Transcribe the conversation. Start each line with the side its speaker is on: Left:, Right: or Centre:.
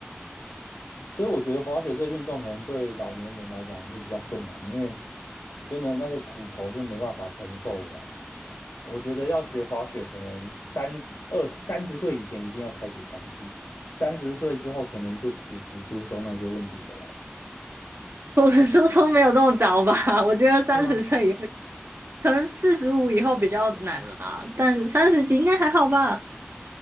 Left: 所以我觉得滑雪这个运动可能对老年人来讲是比较困难，因为真的那个骨头是没办法承受的啦我觉得要学滑雪，可能三十二三十岁以前一定要开始尝试，三十岁之后可能就骨质疏松那些问题都来。
Right: <laughs> 我的初衷没有这么早吧，我觉得三十岁以后，
Left: 是吗？
Right: 可能四十五以后比较难啦，但三十几应该还好吧。